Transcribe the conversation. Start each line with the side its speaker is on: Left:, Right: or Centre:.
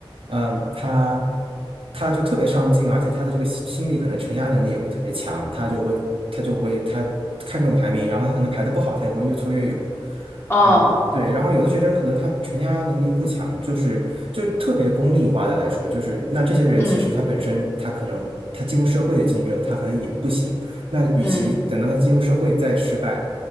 Right: 嗯，他他就特别上进，而且他的这个心心理可能承压能力也会特别强，他就会他就会他看重排名，然后他可能排的不好，他也会越挫越勇。
Left: 哦，
Right: 嗯，对，然后有的学生可能他承压能力不强，就是就特别功利化的来说，就是那这些人其实他本身他可能他进入社会的竞争他可能也不行，
Left: 嗯
Right: 那与其等到他进入社会再失败，
Left: 嗯，嗯